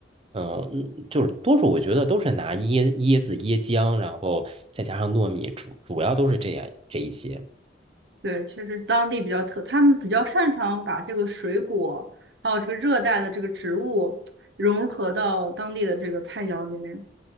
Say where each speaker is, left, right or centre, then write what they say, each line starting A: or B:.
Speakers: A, on the right; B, on the right.
A: 嗯，嗯就是多数我觉得都是拿椰椰子、椰浆，然后再加上糯米，主主要都是这样这一些。
B: 对，确实当地比较特，他们比较擅长把这个水果，还有这个热带的这个植物融合到当地的这个菜肴里面，